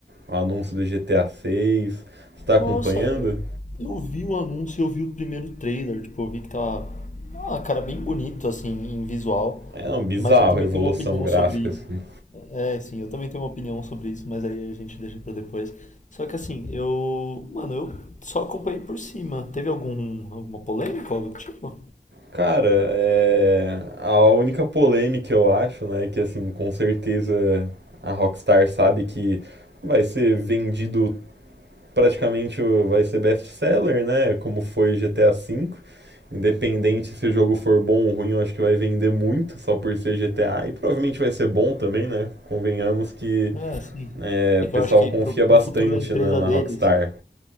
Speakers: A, on the right; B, on the left.
A: o anúncio do GTA 6. Você tá acompanhando?
B: Nossa, eu vi o anúncio, eu vi o primeiro trailer, tipo, eu vi que tava, ah, cara, bem bonito, assim, em visual,
A: É um bizarro
B: mas eu também
A: a evolução
B: tenho uma opinião
A: gráfica,
B: sobre isso.
A: assim.
B: É, sim, eu também tenho uma opinião sobre isso, mas aí a gente deixa pra depois. Só que assim, eu, mano, eu só acompanhei por cima. Teve algum, alguma polêmica, algo do tipo?
A: Cara, é... a única polêmica eu acho, né, é que assim, com certeza a Rockstar sabe que vai ser vendido praticamente, o- vai ser best-seller, né, como foi GTA V. Independente se o jogo for bom ou ruim, eu acho que vai vender muito só por ser GTA e provavelmente vai ser bom também, né? Convenhamos que
B: Ah, sim.
A: é,
B: É
A: o
B: que
A: pessoal
B: eu acho que
A: confia
B: pro,
A: bastante
B: pro futuro da empresa
A: na, na
B: deles,
A: Rockstar.